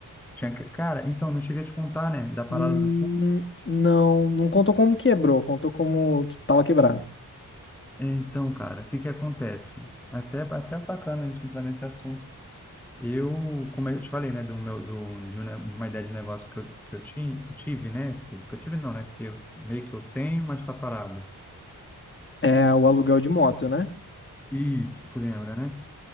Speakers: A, in the centre; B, on the left.
A: Tinha que- Cara, então, não cheguei a te contar, né, da parada
B: Hum,
A: do fogo.
B: não, não contou como quebrou, contou como que tava quebrado.
A: Então, cara, o que que acontece? Até, até bacana a gente entrar nesse assunto. Eu, como eu te falei, né, do meu, do, de, um ne- de uma ideia de negócio que eu, que eu tinha, que eu tive, né, tipo, que eu tive não, né, que eu, meio que eu tenho, mas tá parado.
B: É o aluguel de moto, né?
A: Isso, tu lembra, né?